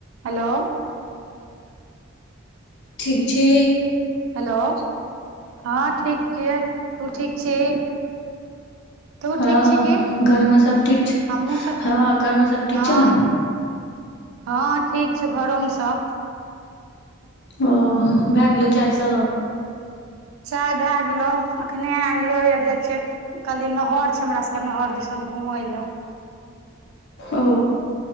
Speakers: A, on the right; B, on the left.
A: Hello.
B: ठीक छी।
A: Hello हँ ठीक छियै। तू ठीक छी? तू
B: हँ
A: ठीक छी की
B: घर मे सब ठीक छै
A: हमहुँ सब
B: हँ घर मे सब ठीक
A: हँ
B: छो ने।
A: हँ ठीक छौ घरोमे सब।
B: ओ भए गेलै चाय सब?
A: चाय भए गेलो अखने एलियो या से कहलियै नहर छै हमरा सबके नहर दिसन घुमय ला।
B: ओ।